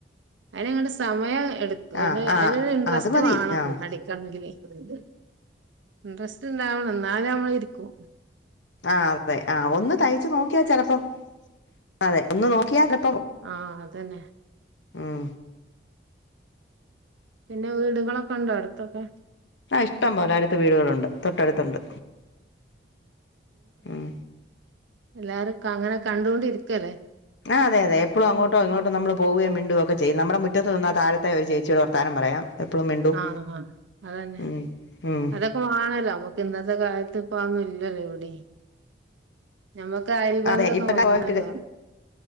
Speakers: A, on the right; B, on the left.
A: അയിന് ഇങ്ങട്ട് സമയം എടുക്ക്
B: ആഹ്
A: അത്
B: ആഹ്
A: അയിനൊരു ഇൻട്രസ്റ്റ്
B: അത് മതി
A: വാണം
B: ആഹ്
A: പഠിക്കണങ്കില് <unintelligible> ഇൻട്രസ്റ്റ് ഇണ്ടാവണം ഇന്നാ അനെ നമ്മള് ഇരിക്കു
B: ആ അതെ ആ ഒന്ന് തയ്ച്ചു നോക്കിയാ ചെലപ്പം അതെ ഒന്ന് നോക്കിയാ ചെല
A: ആ അതന്നെ
B: ഉം
A: പിന്നെ വീടുകളൊക്കെ ഉണ്ടോ അടുത്തൊക്കെ
B: ആ ഇഷ്ടം പോലെ അടുത്ത് വീടുകളുണ്ട് തൊട്ടടുത്തുണ്ട് ഉം
A: എല്ലാരുക്കെ അങ്ങനെ കണ്ടുകൊണ്ടിരിക്കല്ലേ
B: ആ അതെ അതെ എപ്പഴും അങ്ങോട്ടോ ഇങ്ങോട്ടോ നമ്മള് പോവേം മിണ്ടുവൊക്കെ ചെയ്യും നമ്മുടെ മുറ്റത്ത് നിന്നാ താഴത്തെ ഒരു ചേച്ചിയോട് വർത്താനം പറയാം. എപ്പളും മിണ്ടും
A: ആഹ് അതന്നെ
B: ഉം ഉം
A: അതൊക്കെ വേണല്ലോ നമക്ക് ഇന്നത്തെ കാലത് ത്ത് ഇപ്പൊ അതൊന്നും ഇല്ലല്ലോ എവിടീം നമ്മക്ക് അയൽ ബെന്ധൊക്കെ
B: അതെ ഇപ്പ
A: വേണല്ലോ
B: പോയിട്ടില്ല